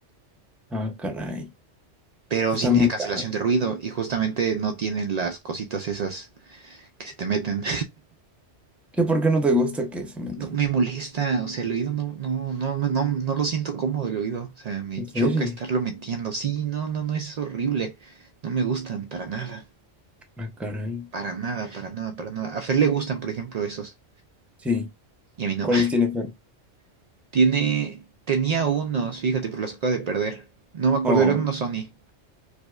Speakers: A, in the centre; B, on the right.
A: Ah, caray.
B: Pero
A: Sí,
B: sí
A: está
B: tiene
A: muy
B: cancelación
A: caro.
B: de ruido y justamente no tienen las cositas esas que se te meten.
A: ¿Qué por qué no te gusta que se metan?
B: No, me molesta, o sea, el oído no, no, no, no, no no lo siento cómodo el oído, o sea, me
A: ¿En
B: choca
A: serio?
B: estarlo metiendo. Sí, no, no, no, es horrible. No me gustan para nada,
A: Ah, caray.
B: para nada, para nada, para nada. A Fer le gustan, por ejemplo, esos,
A: Sí.
B: y a mí no.
A: ¿Cuáles tiene Fer?
B: <laughs> Tiene, tenía unos, fíjate, pero los acaba de perder. No me acuerdo,
A: Oh,
B: eran unos Sony,